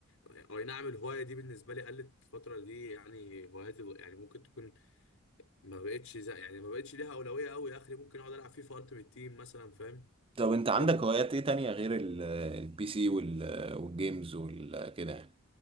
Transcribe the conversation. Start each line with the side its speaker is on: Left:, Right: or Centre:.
Left: اي نعم الهوايه دي بالنسبه لي قلت الفتره دي يعني هواياتي يعني ممكن تكون ما بقتش زي يعني ما بقتش ليها اولويه قوي اخري ممكن اقعد العب فيفا التيمت تيم مثلا فاهم
Right: طب انت عندك
Left: كده
Right: هوايات ايه تانية غير ال- البي سي وال- والجيمز وكده